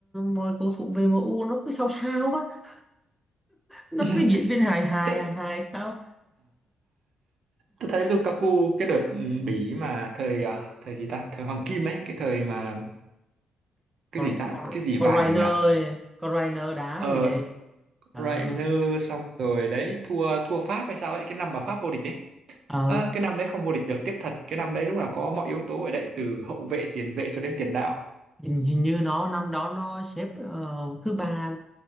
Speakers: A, in the centre; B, on the right.
A: mọi cầu thủ về em u nó cứ sao sao á nó
B: <laughs>
A: cứ diễn viên hài hài
B: tôi,
A: hài hài sao
B: tôi thấy Lukaku cái đợt ừ, Bỉ mà thời à, thời gì ta thời Hoàng Kim ấy cái thời mà
A: có
B: cái gì ta
A: có
B: cái gì vàng
A: có rainer
B: nhỉ
A: có rainer đá
B: ờ
A: gì nè ờ
B: Reiner xong rồi đấy thua thua Pháp hay sao ấy cái năm mà Pháp vô địch ấy
A: ờ
B: À, cái năm đấy không vô địch được tiếc thật cái năm đấy đúng là có mọi yếu tố ở đấy từ hậu vệ tiền vệ cho đến tiền đạo
A: hình, hình như nó năm đó nó xếp ờ, thứ ba